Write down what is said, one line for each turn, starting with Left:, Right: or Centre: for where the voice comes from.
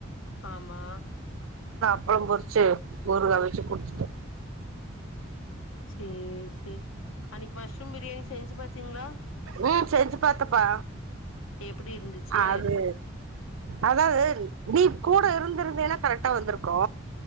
Left: ஆமா
Right: ப்புளம் பொறிச்சு ஊறுகா வச்சு குடித்துட்ட
Left: சேரி சரி அன்னைக்கு மஷ்ரூம் பிரியாணி செஞ்சு பாத்தீங்களா
Right: உம் செஞ்சு பாத்தப்பா
Left: எப்டி இருந்துச்சு
Right: அது அதாவது நீ கூட இருந்திருந்தேன்னா கரெக்டா வந்திருக்கூ